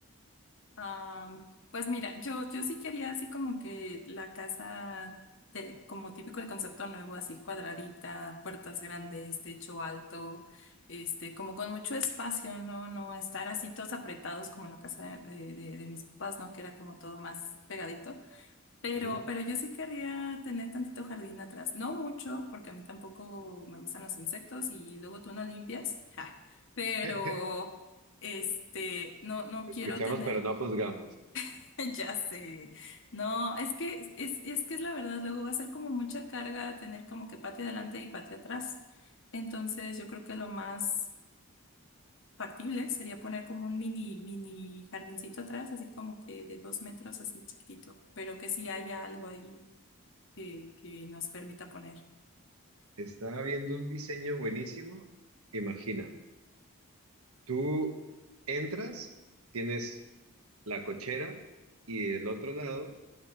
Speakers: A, on the left; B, on the right.
A: Am, pues mira, yo, yo sí quería así como que la casa, de- como típico el concepto nuevo, así cuadradita, puertas grandes, techo alto, este, como con mucho espacio, ¿no? No estar así todos apretados como en la casa de, de- de mis papás, ¿no? Que era como todo más pegadito. Pero,
B: Ujú.
A: pero yo sí querría tener tantito jardín atrás. No mucho, porque a mí tampoco me gustan los insectos y luego tú no limpias. <laughs> Ja. Pero,
B: <laughs>
A: este, no, no
B: Escuchamos
A: quiero tener.
B: pero no juzgamos.
A: <laughs> Ya sé. No, es que es, es que es la verdad. Luego va a ser como mucha carga tener como que patio adelante y patio atrás. Entonces, yo creo que lo más factible sería poner como un mini, mini jardincito atrás, así como que de dos metros, así chiquitito, pero que sí haya algo ahí que, que nos permita poner.
B: Estaba viendo un diseño buenísimo. Imagina, tú entras, tienes la cochera y del otro lado